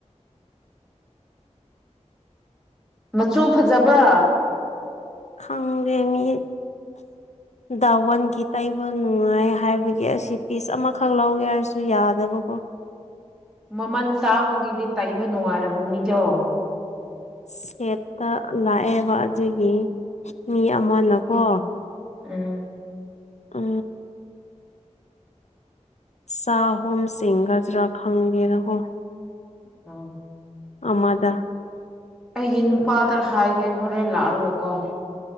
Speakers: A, in the centre; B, on the left.
A: ꯃꯆꯨ ꯐꯖꯕ꯭ꯔꯥ
B: ꯈꯥꯡꯒꯦ ꯃꯤ ꯗꯥꯋꯥꯟꯒꯤ ꯇꯩꯕ ꯅꯨꯡꯉꯥꯏ ꯍꯥꯏꯕꯒꯤ ꯑꯁꯤ ꯄꯤꯁ ꯑꯃꯈꯛ ꯂꯧꯒꯦ ꯍꯥꯏꯔꯁꯨ ꯌꯥꯗꯕꯀꯣ <inaudible> <unintelligible>
A: ꯃꯃꯜ ꯇꯥꯡꯕꯒꯤꯩꯗꯤ ꯇꯩꯕ ꯅꯨꯡꯉꯥꯏꯔꯝꯃꯨꯅꯤꯗꯣ
B: ꯁꯦꯠꯇ ꯂꯥꯛꯑꯦꯕ ꯑꯗꯨꯒꯤ ꯃꯤ ꯑꯃꯅꯀꯣ
A: ꯎꯝ
B: ꯑ ꯁꯥꯍꯨꯝꯁꯤꯡꯒꯖ ꯔ ꯈꯪꯒꯦꯣ
A: ꯑꯝ
B: ꯑꯃꯗ
A: ꯑꯩꯒꯤ ꯅꯨꯄꯥꯗ ꯍꯥꯏꯒꯦ ꯍꯣꯔꯦꯟ ꯂꯥꯛꯑꯒꯀꯣ